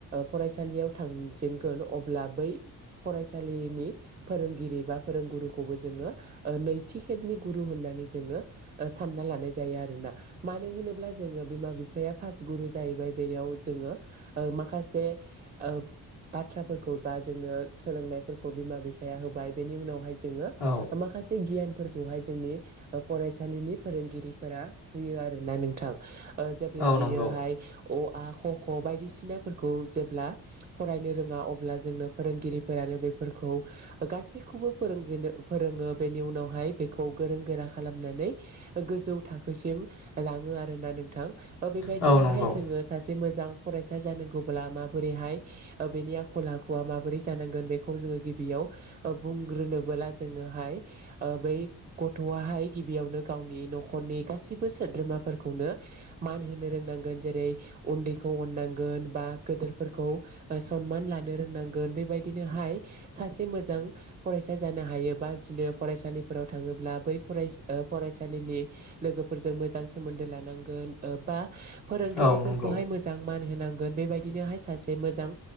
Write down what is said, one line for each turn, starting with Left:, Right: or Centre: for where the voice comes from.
Right: फरायसालियाव थांजेनगोन अब्ला बै फरायसालिनि फोरोंगिरि बा फोरोंगुरुखौबो जोङो ओ नैथि खेबनि गुरु होननानै नानै जोङो ओ सानना लानाय जायो आरोना मानो होनोब्ला जोङो बिमा बिफाया फास गुरु जायो बेबाय बेनियाव जोङो ओ माखासे ओ बाथ्राफोरखौ बा जोंनो सोलोंनायफोरखौ बिमा बिफाया होबाय बेनि उनावहाय जोङो
Left: औ
Right: माखासे गियानफोरखौहाय जोंनि ओ फरायसालिनि फोरोंगिरिफोरा होयो आरोना नोंथां ओ जेब्ला
Left: औ नंगौ
Right: बियोहाय अ आ खख' बायदिसिनाफोरखौ जेब्ला फरायनो रोंङा अब्ला जोंनो फोरोंगिरिफोरानो बेफोरखौ गासैखौबो फोरों रोंजेनो फोरोङो बेनि उनावहाय बेखौ गोरों गोरा खालामनानै गोजौ थाखोसिम लाङो आरोना नोंथां बेबायदिनोहाय
Left: औ नंगौ
Right: जोंङो सासे मोजां फरायसा जानांगौब्ला माब बोरैहाय ओ बेनि आखल आखुआ माबोरै जानांगोन बे जोंङो गिबियाव ओ बुंग्रोनो ब्ला जोंङोहाय ओ बै गथ'आहाय गिबियावनो गावनि न'खरनि गासिबो सो द्रोमाफोरखौनो मान होनो रोंनांगोन जेरै उन्दैखौ अननांगोन बा गोदोर फोरखौ ओ समान लानो रोंनांगोन बेबायदिनोहाय सासे मोजां फरायसा जानो हायोबा थिनो फरायसालिफोराव थांङोब्ला बै फराय ओ फरायसालिनि लोगोफोरजों मोजां जां सोमोन्दो लानांगोन ओ बा फोरोंगिरिफोरखौहाय
Left: औ नंगौ
Right: मोजां मान होनांगोन बेबायदिनोहाय सासे मोजां